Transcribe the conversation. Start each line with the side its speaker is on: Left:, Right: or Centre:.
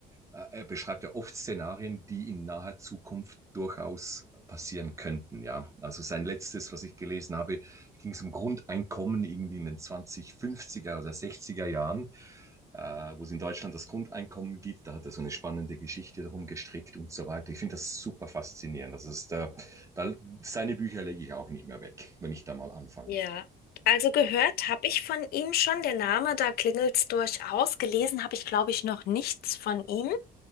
Right: äh, er beschreibt ja oft Szenarien, die in naher Zukunft durchaus passieren könnten, ja. Also sein letztes, was ich gelesen habe, ging es um Grundeinkommen irgendwie in den 2050er oder 60er Jahren äh, wo es in Deutschland das Grundeinkommen gibt. Da hat er so eine spannende Geschichte darum gestrickt und so weiter. Ich finde das super faszinierend. Also es ist da, da, seine Bücher lege ich auch nicht mehr weg, wenn ich da mal anfange.
Left: Ja, also gehört habe ich von ihm schon, der Name, da klingelt's durchaus. Gelesen habe ich, glaube ich, noch nichts von ihm.